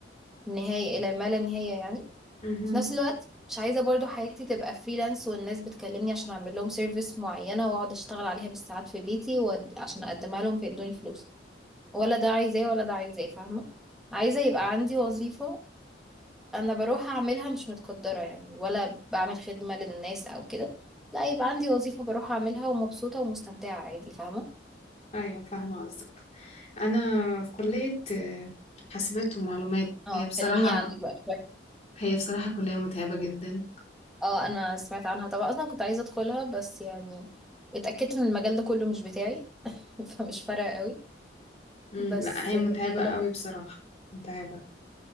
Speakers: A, in the centre; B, on the left (about 35°).
A: النهاية الى ما لا نهاية يعني
B: مم.
A: في نفس الوقت مش عايزة برضو حياتي تبقى فريلانس والناس بتكلمني عشان اعمل لهم سيرفيس معينة واقعد اشتغل عليها بالساعات في بيتي وعشان عشان اقدمها لهم فيدوني فلوس ولا ده عايزاه ولا ده عايزاه فاهمة عايزة يبقى عندي وظيفة انا بروح اعملها مش متقدرة يعني ولا بعمل خدمة للناس او كده لا يبقى عندي وظيفة بروح اعملها ومبسوطة ومستمتعة عادي فاهمة
B: ايوه فاهمه قصدك انا في كليه آه، حاسبات ومعلومات
A: اه
B: هي بصراحه
A: كلميني عنك بقى شوية
B: هي بصراحه كليه متعبه جدا
A: اه انا سمعت عنها طبعا اصلا كنت عايزة ادخلها بس يعني اتأكدت ان المجال ده كله مش بتاعي <laughs> فمش فارقة قوي
B: مم.
A: بس
B: لا هي
A: هي
B: متعبه
A: لطيفة
B: قوي بصراحه متعبه